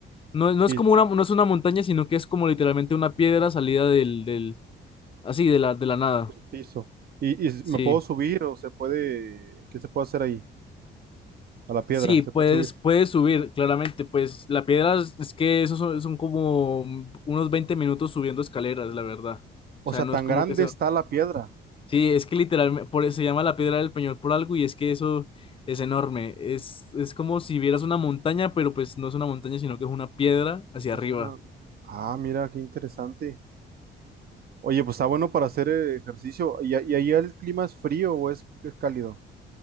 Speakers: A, on the left (about 25°); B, on the right (about 50°).
A: No, no es
B: Y
A: como una, no es una montaña, sino que es como literalmente una piedra salida del, del, así, de la, de la nada.
B: piso. ¿Y, y
A: Sí.
B: me puedo subir o se puede, qué se puede hacer ahí? A la piedra,
A: Sí,
B: se
A: puedes,
B: puede subir.
A: puedes subir, claramente, pues la piedra es es que esos son, son como unos 20 minutos subiendo escaleras, la verdad.
B: O
A: O sea,
B: sea,
A: no
B: tan
A: es como
B: grande
A: que sea...
B: está la piedra.
A: Sí, es que literalmente, por eso se llama la piedra del Peñol por algo y es que eso es enorme. Es, es como si vieras una montaña, pero pues no es una montaña, sino que es una piedra hacia
B: Es
A: arriba.
B: una... Ah, mira, qué interesante. Oye, pues está bueno para hacer eh, ejercicio. ¿Y, a- y ahí el clima es frío o es, es cálido?